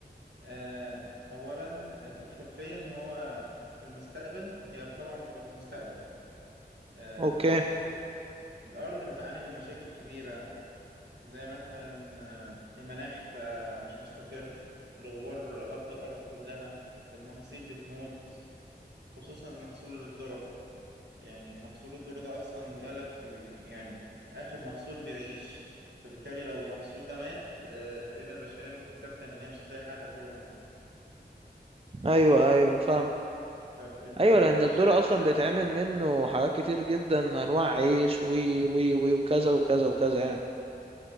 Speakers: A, on the right; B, on the right.
A: آه اولا في الخلفية ان هو في المستقبل هي طبعا بتبقى في المستقبل آه
B: اوكي
A: الأرض بتعاني من مشاكل كبيرة زي مثلا آه، المناخ بقى مش مستقر الغبار غطى الأرض كلها المحاصيل بتموت خصوصا محصول الذرة يعني محصول الذرة ده أصلا بيقالك يعني آخر محصول بيعيش فبالتالي لو المحصول ده مات آه، تقريبا البشرية ممكن تفتن إن هي مش هتلاقي حاجة تاكلها
B: ايوه ايوه فاهم
A: فب-
B: ايوه
A: فبالتالي
B: لان
A: البشرية
B: الدور اصلا
A: كلها
B: بيتعمل منه حاجات كتير جدا انواع عيش وي وي وي وكذا وكذا وكذا يعني